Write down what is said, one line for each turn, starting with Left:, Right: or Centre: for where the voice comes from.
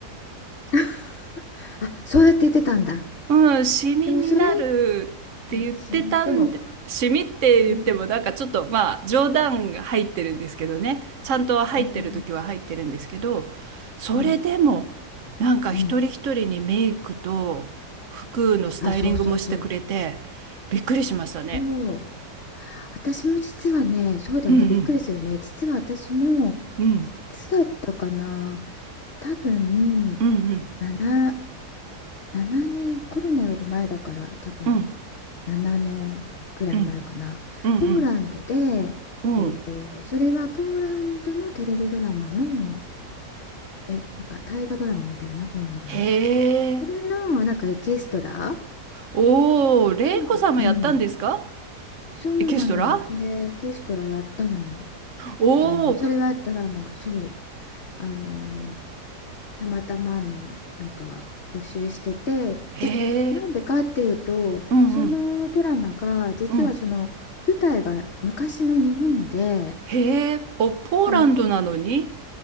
Left: <laughs> あ、そうやって言ってたんだ。
Right: うん、シミになるって言ってたんで、
Left: でもそれ、す指名、でも、
Right: シミって言ってもなんかちょっとまあ冗談が入ってるんですけどね、
Left: うん、
Right: ちゃんと入ってる時は入ってるんですけど、
Left: うん、
Right: それでもなんか一人一人にメイクと服のスタイリングもしてくれて、
Left: うん、うん。あ、そうそうそう。
Right: びっくりしましたね。
Left: そう。私も実はね、そうだよね、
Right: うんうん
Left: びっくりするよね。実は私も、
Right: うん
Left: いつだったかな。多分、
Right: うんうん
Left: 7、7年、コロナより前だから、多分、
Right: うん
Left: 7年ぐらい前かな。
Right: うんうんうん
Left: ポーランドで、
Right: うん
Left: えっと、それはポーランドのテレビドラマの、え、なんか大河ドラマみたいな、ポーランドの。
Right: へえ。
Left: それの、なんかエキストラ
Right: おー、レイコさんもやったんですか
Left: のううん、そうなのよ。
Right: エキストラ
Left: それ、エキストラやったの。
Right: お
Left: あの、それはドラマ、そう。あの、たまたまの、なんか、募集してて、
Right: へ
Left: じ、なんでかっていうと、
Right: え、うんうん、
Left: そのドラマが、実はその、
Right: うん。
Left: 舞台が昔の日本で、
Right: へえ、ポポーランドなのに
Left: なんかね、ほ